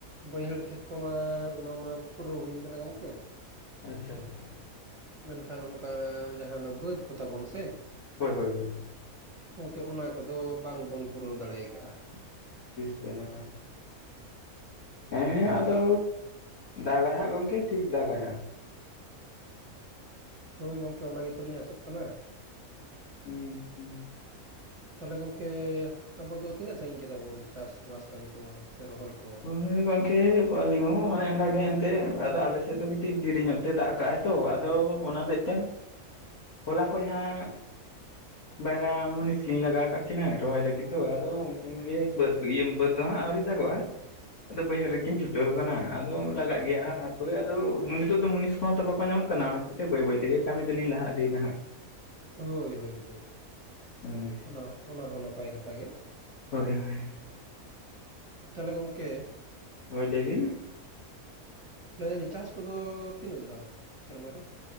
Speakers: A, on the right (about 30°); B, on the left (about 55°).
A: ᱵᱟᱹᱭᱦᱟᱹᱲ ᱠᱷᱮᱛ ᱠᱚᱢᱟ ᱚᱱᱟ ᱢᱟ ᱯᱩᱨᱟᱹᱣ ᱦᱩᱭ ᱟᱠᱟᱱᱟ ᱜᱚᱢᱠᱮ
B: ᱟᱪᱷᱟ-ᱟᱪᱷᱟ
A: ᱢᱮᱱᱠᱷᱟᱱ ᱚᱱᱠᱟ ᱡᱟᱦᱟᱸᱱᱟᱜ ᱵᱟᱹᱫ ᱠᱚ ᱛᱟᱵᱚᱱ ᱥᱮ
B: ᱦᱚᱭ-ᱦᱚᱭ-ᱦᱚᱭ
A: ᱜᱚᱝᱠᱮ ᱚᱱᱟ ᱠᱚᱫᱚ ᱵᱟᱝᱵᱚᱱ ᱯᱩᱨᱟᱹᱣ ᱫᱟᱲᱮᱭ ᱠᱟᱜᱼᱟ ᱾
B: ᱥᱮᱱᱟᱜ ᱦᱮᱸ
A: ᱦᱳᱭ ᱦᱳᱭ
B: ᱟᱫᱚ
A: ᱫᱟᱜ
B: ᱫᱟᱜᱟᱭ ᱦᱟᱸᱜ ᱜᱚᱝᱠᱮ ᱴᱷᱤᱠ ᱫᱟᱜᱟᱭ ᱦᱟᱸᱜ ᱾
A: ᱦᱚᱭ ᱜᱚᱝᱠᱮ ᱚᱱᱟ ᱜᱮᱛᱚᱞᱤᱧ ᱟᱥᱚᱜ ᱠᱟᱱᱟ ᱾
B: ᱦᱩᱸ-ᱦᱩᱸ
A: ᱪᱮᱫ ᱦᱚᱸ ᱵᱟᱝ ᱟᱸᱡᱚᱢᱚᱜ ᱠᱟᱱᱟ ᱛᱟᱦᱚᱞᱮ ᱜᱚᱝᱠᱮ ᱟᱵᱚ ᱫᱚ ᱛᱤᱱᱟᱹᱜ ᱥᱟᱺᱜᱤᱧ ᱠᱮᱫᱟᱵᱚᱱ ᱪᱟᱥᱵᱟᱥ ᱠᱟᱹᱢᱤ ᱠᱚᱢᱟ ᱥᱮ ᱨᱚᱦᱚᱭ ᱠᱚ ᱾
B: ᱦᱩᱸ ᱜᱚᱝᱠᱮ ᱟᱹᱞᱤᱧ ᱦᱚᱸ ᱚᱱᱮ ᱚᱱᱠᱟᱜᱮ ᱮᱱᱛᱮ ᱟᱫᱚ ᱟᱞᱮᱥᱮᱫ ᱫᱚ ᱠᱟᱹᱴᱤᱡ ᱫᱮᱨᱤ ᱧᱚᱜ ᱛᱮ ᱫᱟᱜ ᱠᱟᱜᱼᱟᱭ ᱛᱚ ᱟᱫᱚ ᱚᱱᱟ ᱦᱚᱛᱮᱡ ᱛᱮ
A: ᱪᱮᱫ ᱦᱚᱸ ᱵᱟᱝ ᱟᱸᱡᱚᱢᱚᱜ ᱠᱟᱱᱟ
B: ᱦᱚᱞᱟ ᱠᱷᱚᱡ ᱦᱟᱸᱜ ᱵᱟᱭᱨᱟ ᱢᱩᱱᱤᱥ ᱞᱤᱧ ᱞᱟᱜᱟᱣ ᱠᱟᱜ ᱠᱚ ᱾ ᱟᱹᱠᱤᱱᱟᱹ ᱨᱚᱦᱚᱭ ᱞᱟᱹᱜᱤᱫ ᱫᱚ ᱟᱫᱚ ᱩᱱᱠᱤᱱ ᱜᱮ ᱵᱟᱹᱫ ᱤᱭᱟᱹ ᱵᱟᱹᱫᱽ ᱫᱚ ᱦᱟᱸᱜ ᱟᱹᱣᱨᱤ ᱟᱛᱟ ᱠᱚᱣᱟ ᱟᱫᱚ ᱵᱟᱹᱭᱦᱟᱹᱲ ᱨᱮᱠᱤᱱ ᱪᱷᱩᱴᱟᱹᱣ ᱟᱠᱟᱱᱟ ᱟᱫᱚ ᱞᱟᱜᱟᱜ ᱜᱮᱭᱟ ᱦᱟᱜ ᱦᱟᱯᱚᱭ ᱟᱫᱚ ᱱᱤᱛᱚᱜ ᱫᱚ ᱢᱩᱱᱤᱥ ᱾ ᱦᱚᱸᱛᱚ ᱵᱟᱠᱚ ᱧᱟᱢᱚᱜ ᱠᱟᱱᱟ ᱚᱱᱟ ᱚᱛᱮᱡ ᱛᱮ ᱵᱟᱹᱭ-ᱵᱟᱹᱭ ᱛᱮᱜ ᱠᱟᱹᱢᱤ ᱫᱚᱞᱤᱧ ᱞᱟᱦᱟ ᱤᱫᱤᱭᱮᱫᱟ ᱦᱟᱸᱜ ᱾
A: ᱦᱚᱭ-ᱦᱚᱭ
B: ᱦᱮᱸ
A: ᱚᱱᱟ ᱚᱱᱟ ᱦᱚᱸ ᱱᱟᱯᱟᱭ ᱠᱟᱛᱷᱟ ᱜᱮ ᱾
B: ᱦᱚᱭ-ᱦᱚᱭ
A: ᱛᱟᱦᱚᱞᱮ ᱜᱚᱝᱠᱮ
B: ᱦᱚᱭ ᱞᱟᱹᱭ ᱵᱤᱱ?
A: ᱞᱟᱹᱭ ᱫᱟᱞᱤᱧ ᱪᱟᱥ ᱠᱚᱫᱚ ᱛᱤᱱᱟᱹᱜ ᱫᱷᱟᱣ ᱥᱮᱨᱢᱟ ᱨᱮ?